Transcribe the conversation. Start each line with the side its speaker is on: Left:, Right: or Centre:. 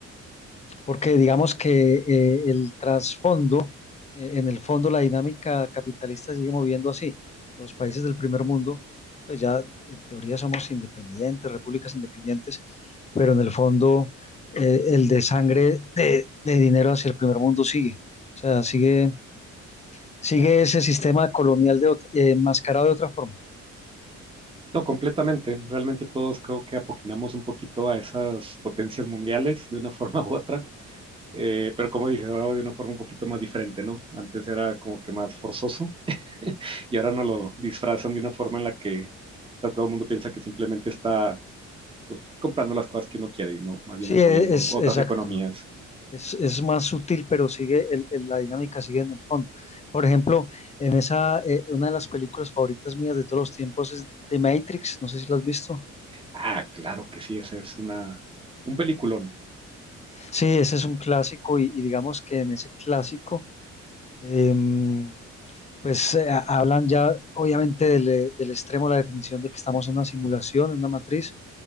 Left: porque digamos que eh, el trasfondo, eh, en el fondo la dinámica capitalista sigue moviendo así. Los países del primer mundo, pues ya en teoría somos independientes, repúblicas independientes, pero en el fondo eh, el desangre de, de dinero hacia el primer mundo sigue. O sea, sigue, sigue ese sistema colonial de, ot- eh, enmascarado de otra forma.
Right: No, completamente. Realmente todos creo que apoquinamos un poquito a esas potencias mundiales de una <laughs> forma u otra. Eh, pero como dices, ahora de una forma un poquito más diferente, ¿no? Antes era como que más forzoso y ahora no lo disfrazan de una forma en la que o sea, todo el mundo piensa que simplemente está pues, comprando las cosas que uno quiere y no más
Left: Sí,
Right: bien apoyando
Left: e- es,
Right: otras
Left: exacto.
Right: economías.
Left: Es, es más sutil, pero sigue el- el- la dinámica sigue en el fondo. Por ejemplo, en esa, eh, una de las películas favoritas mías de todos los tiempos es The Matrix, no sé si lo has visto.
Right: Ah, claro que sí, esa es una, un peliculón.
Left: Sí, ese es un clásico y, y digamos que en ese clásico, em, pues eh, ha- hablan ya obviamente del, eh, del extremo, la definición de que estamos en una simulación, en una matriz,